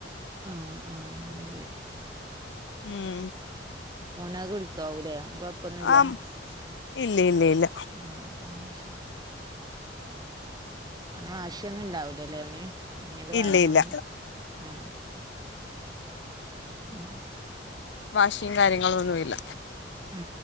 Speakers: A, on the right; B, on the left.
A: ആഹ്ആഹ് അയ് ശരി
B: ഉം
A: മോനാകെ കുടിക്കാവൂല്ലേ ഓന് കൊഴപ്പൊന്നുമില്ല
B: ആ ഇല്ല ഇല്ല ഇല്ല
A: ഉ ആഹ് ശരി അവന് വാശി ഒന്നും ഉണ്ടാവില്ലലല്ലേ അവന് ഇന്നത് വേണംന്നൊന്നും
B: ഇല്ല ഇല്ല
A: ഉ ഉം
B: വാശിയും കാര്യങ്ങളും ഒന്നുംല്ല
A: ആ